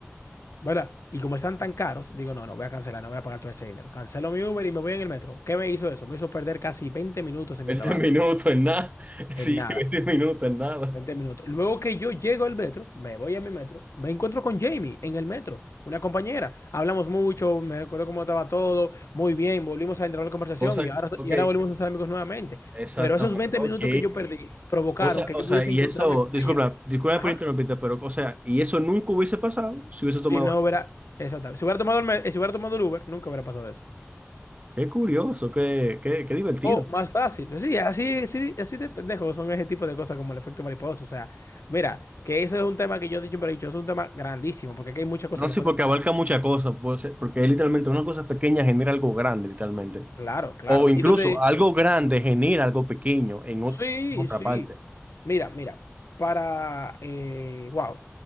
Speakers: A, on the left (about 80°); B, on the right (about 30°).
A: ¿verdad? Y como están tan caros, digo, no, no, voy a cancelar, no voy a pagar todo ese dinero. Cancelo mi Uber y me voy en el metro. ¿Qué me hizo eso? Me hizo perder casi 20 minutos en
B: veinte
A: mi trabajo,
B: <laughs> minutos en nada. <laughs>
A: en
B: Sí,
A: nada.
B: 20 minutos en nada.
A: 20 minutos. Luego que yo llego al metro, me voy a mi metro, me encuentro con Jamie en el metro, una compañera. Hablamos mucho, me recuerdo cómo estaba todo, muy bien, volvimos a entrar a la conversación
B: Cosa,
A: y ahora,
B: ok,
A: y ahora volvimos a ser amigos nuevamente.
B: exactamente.
A: Pero esos 20
B: Ok.
A: minutos que yo perdí provocaron
B: O sea,
A: que
B: o
A: yo
B: sea,
A: pudiese
B: y
A: encontrarme
B: eso,
A: con
B: disculpa,
A: ella.
B: disculpa
A: Ajá.
B: por interrumpirte, pero, o sea, y eso nunca hubiese pasado si hubiese tomado.
A: Si no hubiera, exactamente. Si hubiera tomado el, me- si hubiera tomado el Uber, nunca hubiera pasado eso.
B: Qué curioso, qué, qué, qué divertido.
A: O más fácil. Sí, así, sí, así de pendejos son ese tipo de cosas como el efecto mariposa. O sea, mira, que eso es un tema que yo siempre he dicho, es un tema grandísimo, porque aquí hay muchas cosas
B: No sé,
A: que pueden
B: porque
A: pasar
B: abarca muchas cosas, puede ser porque es literalmente una cosa pequeña genera algo grande, literalmente.
A: Claro, claro.
B: O incluso
A: Y Entonces,
B: algo grande genera algo pequeño en ot-
A: sí,
B: en otra
A: sí.
B: parte.
A: Mira, mira, para... Eh, wow.